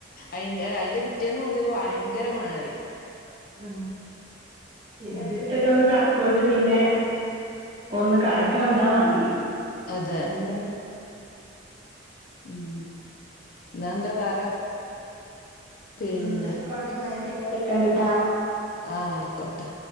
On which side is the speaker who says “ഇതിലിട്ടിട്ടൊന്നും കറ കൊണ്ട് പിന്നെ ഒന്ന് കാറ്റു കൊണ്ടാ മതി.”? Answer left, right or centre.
Right